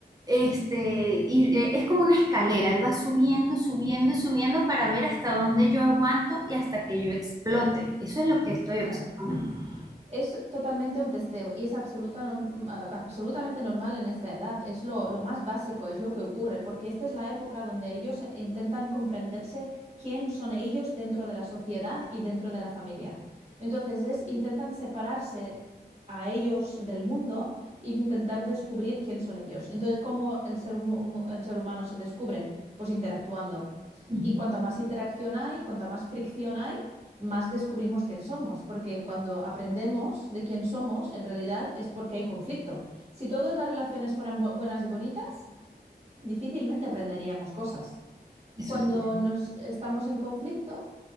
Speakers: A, on the right (about 20°); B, on the right (about 40°).
A: este, ir, eh, es como una escalera, él va subiendo, subiendo, subiendo para ver hasta dónde yo aguanto y hasta que yo explote. Eso es lo que estoy
B: claro.
A: observando.
B: Es totalmente un testeo y es absoluta norm- a- absolutamente normal en esta edad. Es lo, lo más básico, es lo que ocurre, porque esta es la época donde ellos intentan comprenderse quién son ellos dentro de la sociedad y dentro de la familia. Entonces es, intentan separarse a ellos del mundo y intentar descubrir quién son ellos. Entonces, ¿cómo el ser, humo- el ser humano se descubre? Pues interactuando.
A: Ujú,
B: Y cuanto más interacción hay, cuanta más fricción hay, más descubrimos quién somos, porque cuando aprendemos de quién somos, en realidad es porque hay conflicto. Si todas las relaciones fueran bu- buenas y bonitas, difícilmente aprenderíamos cosas.
A: Eso
B: Cuando
A: es cierto.
B: nos estamos en conflicto,